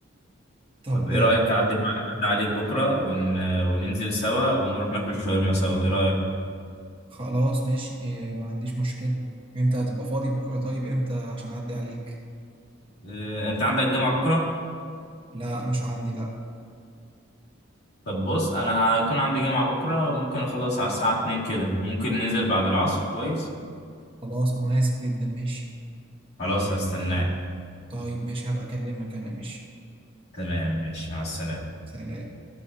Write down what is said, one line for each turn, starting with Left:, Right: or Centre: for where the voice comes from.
Right: طب
Left: طب ايه رايك اعدي أعدي عليك بكره ون... وننزل سوا ونروح ناكل شاورما سوا ايه رايك
Right: خلاص ماشي إيه، ما عنديش مشكلة انت هتبقى فاضي بكرة طيب امتى عشان اعدي عليك
Left: أه انت عندك جامعه بكره
Right: لا مش عندي لا
Left: طب بص انا هكون عندي جامعه بكره وممكن اخلص على الساعه 2 كده ممكن ننزل بعد العصر كويس
Right: خلاص مناسب جدا ماشي
Left: خلاص هستناك
Right: طيب ماشي هبقى أكلمك أنا ماشي
Left: تمام ماشي مع السلامة
Right: سلام